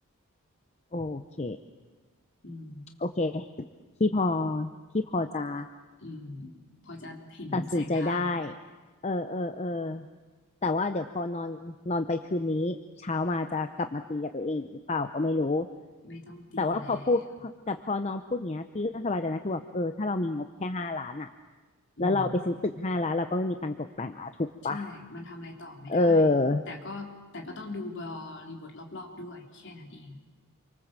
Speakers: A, on the left; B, on the left.
A: โอเค
B: อืม
A: โอเคพี่พอพี่พอจะ
B: อืมพอจะเห็นแสงทาง
A: ตัดสินใจได้
B: <laughs>
A: เออเออเออแต่ว่าเดี๋ยวพอนอนนอนไปคืนนี้เช้ามาจะกลับมาตีกับตัวเองอีกหรือเปล่าก็ไม่รู้
B: ไม่ต้องตีแล้ว
A: แต่ว่าพอพูดพอแต่พอน้องพูดอย่างเงี้ยพี่ก็สบายใจนะคือแบบเออถ้าเรามีงบแค่ห้าล้านอ่ะ
B: อืม
A: แล้วเราไปซื้อตึกห้าล้านเราก็ไม่มีตังค์ตกแต่งแล้วถูกปะ
B: ใช่ มันทำอะไรต่อไม่ได้
A: เออ
B: แต่ก็แต่ก็ต้องดูบริบทรอบๆด้วยแค่นั้นเอง